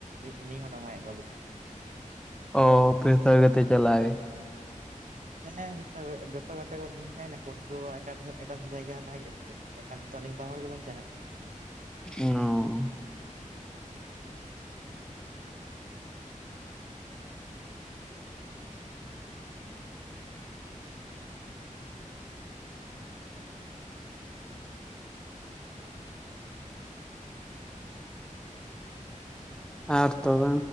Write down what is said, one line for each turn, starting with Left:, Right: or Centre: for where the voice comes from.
Right: ᱩᱱᱤ ᱚᱸᱰᱚᱝᱟᱭ ᱜᱩᱰᱤ ᱠᱷᱚᱱ
Centre: ᱚ ᱯᱚᱛ ᱛᱮ ᱪᱟᱞᱟᱣ ᱤᱧ
Right: ᱦᱮᱸ ᱱᱮᱛᱟᱨ ᱡᱚᱛᱚ ᱠᱟᱛᱮ ᱠᱚ ᱵᱷᱮᱱᱴᱟᱭ ᱱᱟᱠᱚ ᱩᱱᱠᱩ ᱮᱴᱟᱜ ᱮᱴᱟᱜ ᱡᱟᱭᱜᱟ ᱦᱟᱛᱟᱣ ᱠᱮᱜᱼᱟ ᱠᱚ ᱮᱱᱠᱷᱟᱱ ᱟᱹᱵᱤᱱ ᱵᱟᱨ ᱦᱚᱲ ᱜᱮᱵᱮᱱ ᱪᱟᱞᱟᱜ
Centre: ᱚ ᱟᱨ ᱛᱚᱵᱮ